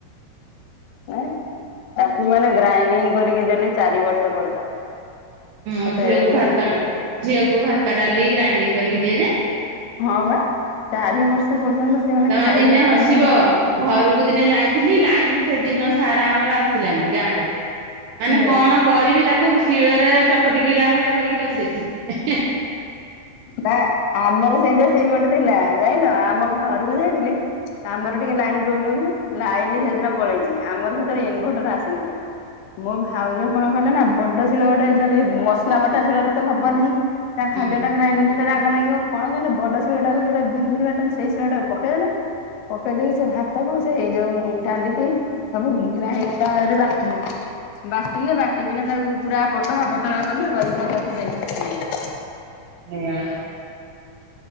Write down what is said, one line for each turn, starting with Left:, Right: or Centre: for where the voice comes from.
Left: ଜାଇଁଲ ତାକୁ ମାନେ ଗ୍ରାଇଣ୍ଡିଙ୍ଗ୍ କରିକି ଦେଲି ଚାରି ବର୍ଷ ପର୍ଯ୍ୟନ୍ତ।
Right: ମୋ
Left: ମତେ
Right: ଝିଅକୁ
Left: ଏମିତି
Right: ଭାତ,
Left: ଚିଲିମିଲି
Right: ଝିଅକୁ ଭାତ, ଡାଲି ଗ୍ରାଇଣ୍ଡିଙ୍ଗ୍ କରିକି ଦିଏ ଯେ।
Left: ହଁ ବା ଚାରି ବର୍ଷ ପର୍ଯ୍ୟନ୍ତ ସେମାନେ
Right: ତମେ
Left: ଖାଇ
Right: ଦିନେ
Left: ପାଇଲାନି
Right: ହସିବ
Left: ଏମିତି କହିଲି।
Right: ଘରକୁ ଦିନେ ଯାଇଥିଲି ଲାଇନ୍ ସେ ଦିନ ସାରା ଆମର ଆସିଲାନି ଗାଁରେ
Left: ସେଇଆ
Right: ମାନେ କଣ କରିବି ତା କୁକୁ ଶିଳରେ ଚକଟିକିଲା ଭଳିଆ କରିକି ତାକୁ ଦେଇଥିନି ଏହେଁ।
Left: ନାଁ ଆମର ସେନ୍ତିଆ ସିନ୍ ଗଟେ ତିଲା ଜାଇଁଲ ଆମ ଘରୁକୁ ଯାଇଥିଲି ଆମର ଟିକେ ଲାଇନ୍ ପ୍ରୋବ୍ଲେମ୍ ଥାଏ । ଲାଇନ୍ ସେଦିନ ପଳେଇଚି ଆମର ସେତଳେ ଇନଭଟର୍ ଆସିନଥିଲା। ମୋ ଭାଉଜ କଣ କଲେ ନାଁ ବଡ଼ ଶିଳ ଗୋଟେ ଯ ଯେ ମସଲା ବଟା ଶିଳରେ ତ ହବନେହିଁ ତା
Right: ସେଇଆ
Left: ଖାଦ୍ୟଟା ଗ୍ରାଇଣ୍ଡିଂ କଲେ ରା ମା ନାଗିବ କଣ କଲେ, ବଡ଼ ଶିଳଟାକୁ ଯୋଉଟା ବିରି ଫିରି ବାଟନ୍ତି ସେଇ ଶିଳଟାକୁ ପକେଇଦେଲେ ପକେଇ ଦେଇ ସେ ଭାତକୁ ସେଇ ଯୋଉ ଡାଲିକି ସବୁ ଗ୍ରାଇ ତାରେ ବାଟିଲେ। ବାଟିଲେ ବାଟିକିନା ତାକୁ ପୁରା ପତଳା ପତଳା କଲେ କରିକିନା ତାକୁ ଦେଲେ ଖାଇ
Right: ଏଁ